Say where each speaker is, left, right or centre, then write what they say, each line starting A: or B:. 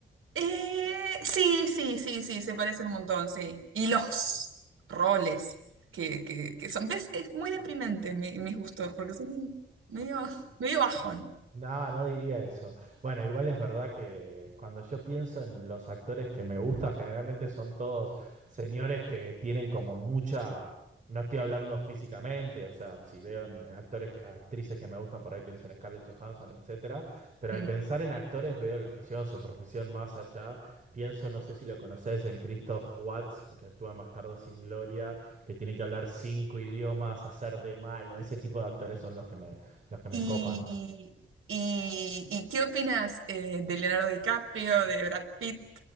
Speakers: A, on the right; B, on the right.
A: Eh, sí, sí, sí, sí, se parecen un montón, sí. Y los roles que, que, que son... ¿Ves? Es muy deprimente mi- mis gustos, porque son medio, medio bajón.
B: No, no diría eso. Bueno, igual es verdad que cuando yo pienso en los actores que me gusta, generalmente son todos señores que tienen como mucha... No estoy hablando físicamente, o sea, si veo en en actores, que- actrices que me gustan, por ahí pienso en Scarlett Johansson, etcétera. Pero al
A: Mm.
B: pensar en actores veo los que llevan su profesión más allá. Pienso, no sé si lo conoces, en Christoph Waltz, el que actúa en Bastardos sin Gloria, que tiene que hablar cinco idiomas, hacer de malo. Ese tipo de actores son los que me, los que me
A: ¿Y,
B: copan.
A: y, y qué opinas eh, de Leonardo DiCaprio, de Brad Pitt,